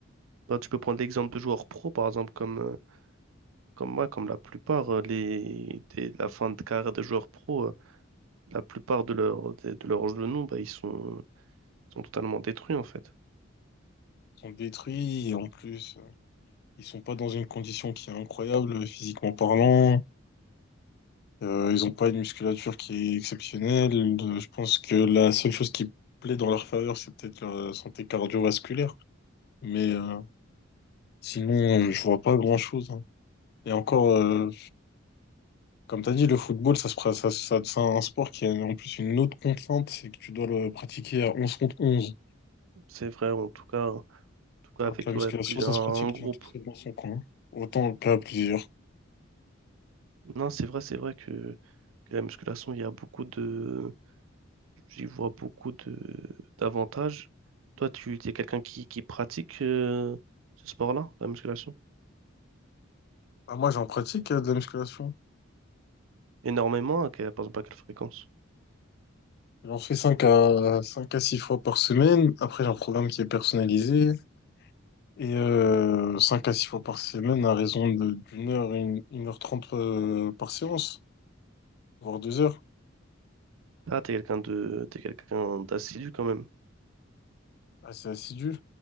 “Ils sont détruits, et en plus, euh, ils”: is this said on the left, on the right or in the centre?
Left